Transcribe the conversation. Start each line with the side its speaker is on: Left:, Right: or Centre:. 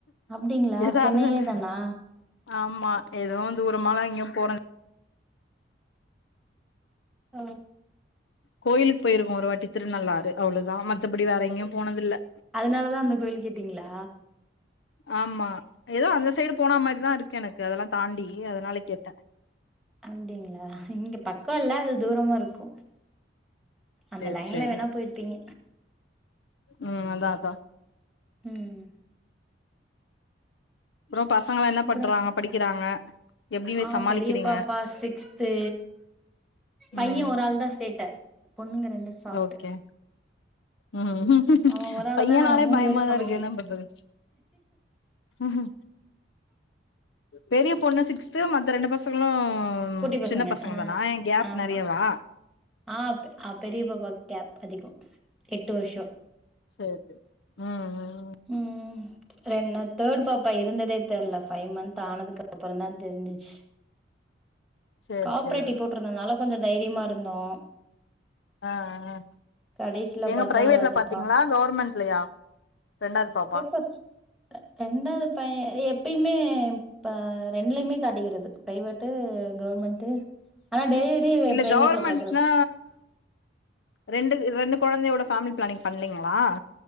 Centre: அப்டிங்களா
Left: எதா
Centre: சென்னையே
Left: இருந்தாலு
Centre: தானா
Left: ஆமா எதுவு தூரமாலா எங்கேயு போற
Centre: அ
Left: கோயிலுக்கு போயிருக்கோ ஒரு வாட்டி திருநள்ளாறு அவ்ளதா மத்தபடி வேற எங்கேயு போனதில்ல
Centre: அதுனாலதா அந்த கோயில் கேட்டீங்களா
Left: ஆமா எதோ அந்த சைடு போனா மாரிதா இருக்கு எனக்கு அதெல்லா தாண்டி அதனால தா கேட்டே
Centre: அப்டிங்களா இங்க பக்க இல்ல அது தூரமா இருக்கு அந்த
Left: சேரி
Centre: லைன்ல
Left: சேரி
Centre: வேணா போயிருப்பீங்க
Left: ம் அதா அதா
Centre: ம்
Left: அப்புற பசங்கல்லா என்ன
Centre: அப்றோ
Left: பண்றாங்க படிக்கிறாங்க எப்டி வே
Centre: ஆ
Left: சமாளிக்கிறீங்க
Centre: பெரியப்பாப்பா சிக்ஸ்த்து பைய
Left: ம்
Centre: ஒரு ஆள் தா சேட்ட பொண்ணுங்க ரெண்டு சாஃப்ட்
Left: ஓகே ம்
Centre: அவ ஒரு ஆள
Left: பையன்னாலே
Centre: தா நாங்க மூணு
Left: பயமாதா
Centre: பேரு சமைக்கிறோ
Left: இருக்கு என்ன பண்றது அஹ பெரிய பொண்ணு சிக்ஸ்து மத்த ரெண்டு பசங்களு ம்
Centre: குட்டி
Left: சின்ன பசங்க
Centre: ஆ
Left: தானா ஏன் கேப்
Centre: ஆமா
Left: நிறையவா
Centre: ஆ பெரிய பாப்பாக்கு கேப் அதிகோ எட்டு வர்ஷோ
Left: சரி ம்ம்
Centre: ம் ரெண் தேர்ட் பாப்பா இருந்ததே தெர்ல ஃபை மந்த் ஆனதுக்கு அப்புறந்தா தெரிஞ்சுச்சு
Left: சேரி
Centre: காப்பர்ட்டி
Left: சேரி
Centre: போட்ருந்ததுனால கொஞ்ச தைரியமா இருந்தோ
Left: ஆ ஆ
Centre: கடைசில
Left: எங்க
Centre: பாத்தா
Left: ப்ரைவேட்ல
Centre: அதப்பா
Left: பாத்தீங்களா கவர்மெண்ட்லயா ரெண்டாவது பாப்பா
Centre: பேபஸ் ரெண்டாவது பையே எப்பயுமே இப்ப ரெண்டுலயுமே காட்டிக்கிறது பிரைவேட்டு கவர்மெண்ட் தே ஆனா டெலிவரி
Left: இல்ல
Centre: பிரைவேட்ல
Left: கவர்மெண்ட்னா
Centre: பாக்கறது
Left: ரெண்டு ரெண்டு கொழந்தையோட ஃபேமிலி பிளானிங் பண்லைங்களா